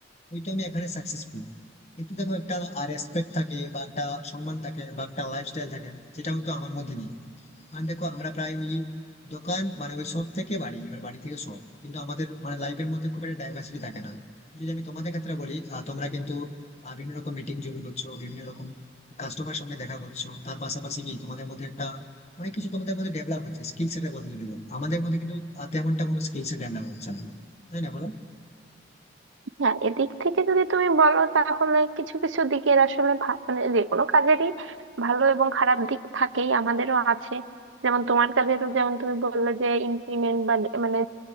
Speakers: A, on the left; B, on the right.
A: ওই তো আমি এখানে সাকসেসফুল কিন্তু দেখো একটা রেসপেক্ট থাকে বা একটা সম্মান থাকে বা একটা লাইফস্টাইল থাকে যেটা হয়তো আমার মধ্যে নেই আর দেখো আমরা প্রায় ওই দোকান মানে ওই শপ থেকে বাড়ি এবার বাড়ি থেকে শপ কিন্তু আমাদের মানে লাইফের মধ্যে খুব একটা ডাইভার্সিটি থাকে না যদি আমি তোমাদের ক্ষেত্রে বলি আহ, তোমরা কিন্তু আহ, বিভিন্ন রকম মিটিং জয়েন করছো বিভিন্ন রকম কাস্টমার সঙ্গে দেখা করছো তার পাশাপাশি কি তোমাদের মধ্যে একটা অনেক কিছু তোমাদের মধ্যে ডেভেলপ হচ্ছে স্কিল সেটের কথা যদি বলো আমাদের মধ্যে কিন্তু আহ, তেমনটা কোনো স্কিল সেট ডেভেলপ হচ্ছে না তাই না বলো
B: হ্যাঁ এদিক থেকে যদি তুমি বলো তাহলে কিছু কিছু দিকের আসলে ভা- মানে যে কোনো কাজেরই ভালো এবং খারাপ দিক থাকেই আমাদেরও আছে যেমন তোমার কাজেরও যেমন তুমি বললে যে ইনক্রিমেন্ট বা ডে- মানে